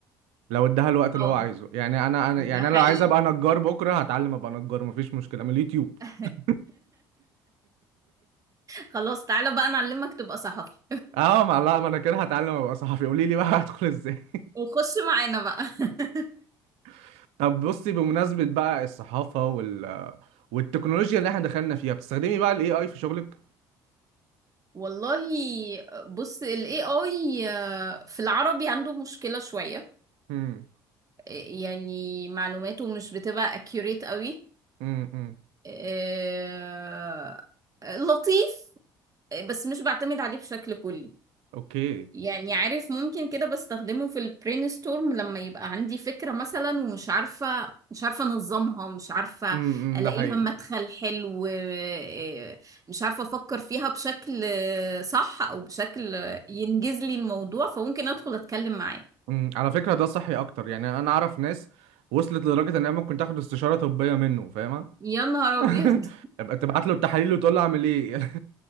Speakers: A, on the right; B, on the right.
A: لو اداها الوقت اللي
B: اه
A: هو عايزه يعني انا انا يعني
B: ده حقيقي
A: انا لو عايز ابقى نجار بكرة هتعلم ابقى نجار مفيش مشكلة من اليوتيوب
B: <laughs>
A: <laughs>
B: خلاص تعالى بقى نعلمك تبقى صحفي
A: اه ما لا ما انا كده هتعلم ابقى صحفي قولي لي بقى هدخل ازاي
B: وخش معانا بقى <laughs>
A: <laughs> طب بصي بمناسبة بقى الصحافة وال والتكنولوجيا اللي احنا دخلنا فيها بتستخدمي بقى الاي اي في شغلك
B: والله بص ال AI آه، في العربي عنده مشكلة شوية
A: امم
B: آه، يعني معلوماته مش بتبقى accurate قوي
A: امم
B: آه، لطيف آه، بس مش بعتمد عليه بشكل كلي
A: اوكي
B: يعني عارف ممكن كده بستخدمه في البرين ستورم لما يبقى عندي فكرة مثلا ومش عارفة مش عارفة انظمها مش عارفة
A: امم
B: الاقي
A: ده حقيقي
B: لها مدخل حلو إيه، مش عارفة افكر فيها بشكل صح او بشكل ينجز لي الموضوع فممكن ادخل اتكلم معاه
A: مم، على فكرة ده صحي أكتر يعني أنا أعرف ناس وصلت لدرجة إنها ممكن تاخد استشارة طبية منه فاهمة؟
B: يا نهار
A: <laughs>
B: ابيض
A: يبقى تبعت له التحاليل وتقول له أعمل إيه <laughs>